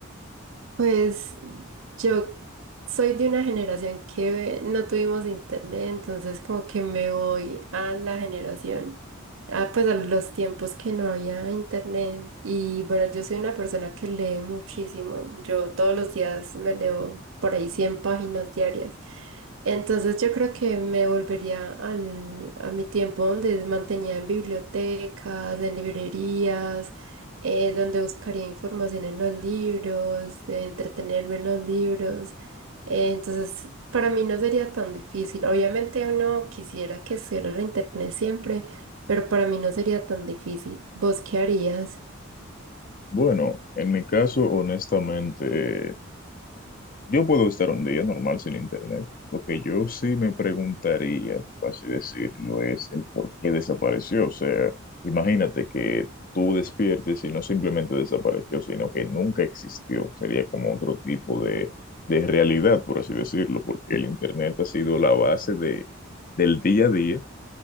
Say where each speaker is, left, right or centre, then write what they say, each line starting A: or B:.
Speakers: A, on the right; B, on the left.
A: Pues yo soy de una generación que no tuvimos internet, entonces como que me voy a la generación, a, pues a los tiempos que no había internet. Y bueno, yo soy una persona que lee muchísimo. Yo todos los días me leo por ahí 100 páginas diarias. Entonces yo creo que me volvería al, a mi tiempo donde mantenía en bibliotecas, en librerías eh, donde buscaría información en los libros, de entretenerme en los libros. Eh, entonces, para mí no sería tan difícil. Obviamente uno quisiera que estuviera en internet siempre, pero para mí no sería tan difícil. ¿Vos qué harías?
B: Bueno, en mi caso, honestamente, Yo puedo estar un día normal sin internet. Lo que yo sí me preguntaría, por así decirlo, es el por qué desapareció. O sea, imagínate que tú despiertes y no simplemente desapareció, sino que nunca existió. Sería como otro tipo de, de realidad, por así decirlo, porque el internet ha sido la base de, del día a día